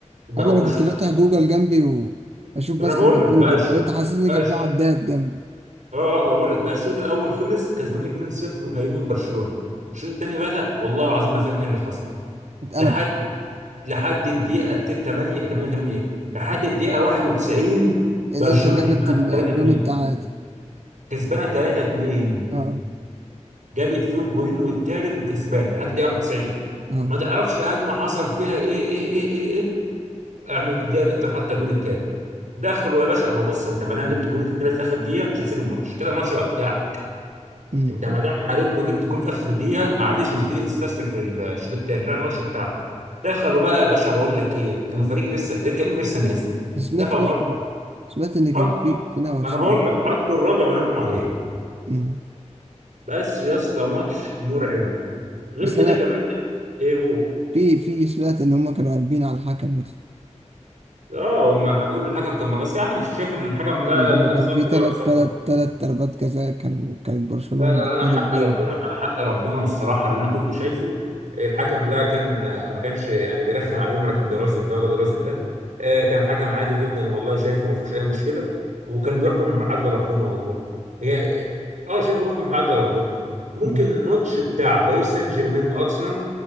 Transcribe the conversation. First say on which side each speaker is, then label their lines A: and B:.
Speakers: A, on the right (about 85°); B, on the right (about 55°).
A: بقى
B: أما أنا
A: الشوط
B: كنت فاتح
A: الاول
B: جوجل جنبي وأشوف
A: ما
B: بس
A: انا بقول
B: النتيجة
A: لك بقاش
B: لقيت حاسس إن
A: بقاش
B: كان في عداد جنبي
A: اه آه، بقول لك بقى الشوط الاول خلص كسبانين 2-0 وهينين برشلونه الشوط الثاني بدا والله العظيم ما فاهم ايه اللي حصل
B: اتقلبت
A: لحد لحد الدقيقه 8 88 لحد الدقيقه 91
B: الإنتر
A: برشلونه
B: جابت
A: كسبانه
B: الجون
A: 3-2
B: التعادل
A: كسبانه 3-2
B: اه
A: جابت فيهم جونين والتالت وكسبان لحد دقيقه 91
B: اه
A: ما تعرفش هجمه حصل فيها ايه ايه ايه ايه ايه احمد جال انت حتى الجون التالت دخلوا يا باشا ما هو بص انت ما دام جبت الجون التالت في اخر دقيقه مش هتسيب الماتش كده الماتش بقى بتاعك
B: امم.
A: انت ما دام حاربت وجبت الجون في اخر دقيقه معلش مش هتيجي تستسلم في الشوط الثاني لا الماتش بتاعك دخلوا بقى يا باشا بقول لك ايه كانوا فريق لسه كانوا لسه نازل
B: بس سمعت
A: دخلوا
B: برضه
A: حط
B: سمعت إن
A: حط
B: كان في في نوش
A: ما انا بقول
B: يعني
A: لك حطوا الرابع وناموا عليه
B: امم.
A: بس يا اسطى ماتش مرعب غير
B: بس
A: كده
B: أنا
A: كمان ايه قول
B: في في سمعت ان هم كانوا قلبين على الحكم بس
A: اه هم الحاج بيقولوا الحكم كان بس يا عم انا شايف ان الحكم لا
B: ان
A: هنا
B: كان
A: في صف
B: في تلات
A: ده ولا في صف
B: تلات
A: ده
B: تلات ضربات جزاء كانوا كانت برشلونة
A: لا لا
B: بتطالب
A: لا، انا حق
B: بيه
A: ربنا انا حق ربنا والصراحه اللي انا كنت شايفه الحكم لا كان ما كانش يعني بيرخم عليهم ولا كان بيرازف ده ولا بيرازف ده آه، كان حكم عادي جدا والله شايفه ما فيهوش اي مشكله وكان بيحكم بعدل ربنا والله هي اه آه، شايفه بيحكم بعدل ربنا ممكن
B: مم.
A: الماتش بتاع باريس سان جيرمان وارسنال